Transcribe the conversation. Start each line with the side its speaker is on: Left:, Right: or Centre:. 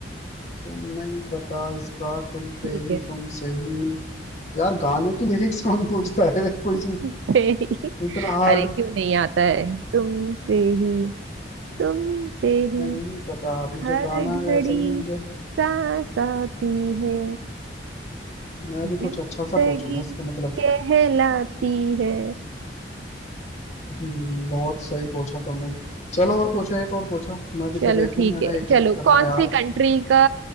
Left: तुम नहीं पता इसका तुम पे
Right: ठीक
Left: ही
Right: है
Left: तुम से ही यार गाने की लिरिक्स कौन पूछता है <laughs> वे कुछ
Right: तुमसे
Left: भी
Right: ही
Left: इतना हार्ड
Right: अरे क्यों नहीं आता है तुमसे ही तुमसे ही
Left: नहीं पता मुझे
Right: हर
Left: गाना
Right: घड़ी
Left: या असल में मुझे
Right: सांस आती है
Left: मैं
Right: जिंदगी
Left: भी कुछ अच्छा सा पूछूंगा इसको मतलब
Right: कहलाती है
Left: हम्म, बहुत सही पूछा तुमने चलो और पूछो एक और पूछो मैं भी
Right: चलो
Left: तो देखूं
Right: ठीक
Left: मैंने
Right: है
Left: एक
Right: चलो
Left: गलत कर
Right: कौन
Left: दिया यार
Right: सी कंट्री का